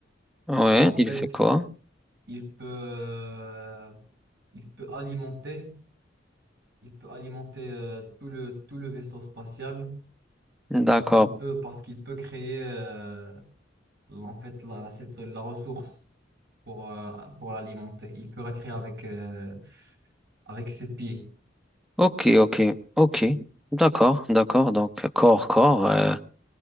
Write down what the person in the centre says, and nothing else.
Ouais,
il
fait quoi?
D'accord.
Ok, ok, ok. D'accord, d'accord. Donc corps, corps. euh,